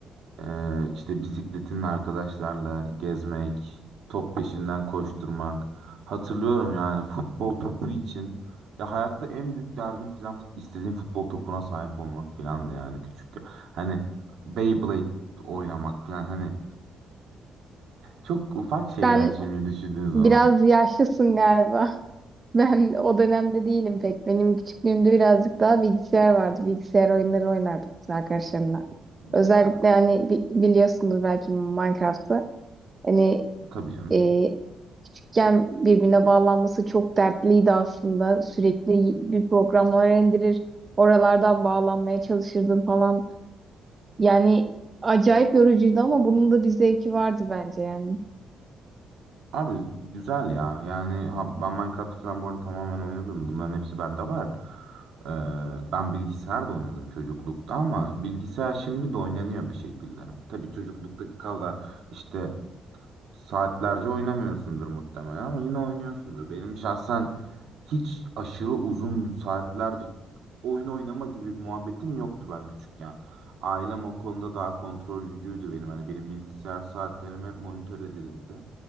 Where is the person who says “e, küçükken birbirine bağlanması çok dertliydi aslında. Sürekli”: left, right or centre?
Right